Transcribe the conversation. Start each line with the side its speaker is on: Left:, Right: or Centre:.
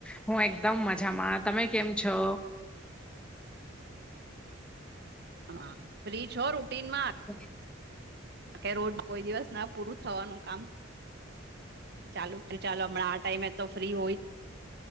Centre: હું એકદમ મજામાં તમે કેમ છો.
Right: હ ફ્રી છો રૂટીન માં
Centre: <unintelligible>
Right: કે રોજ કોઈ દિવસ ના પૂરું થવાનું કામ ચાલુ ત ચાલો હમણા આ ટાઈમે તો ફ્રી હોય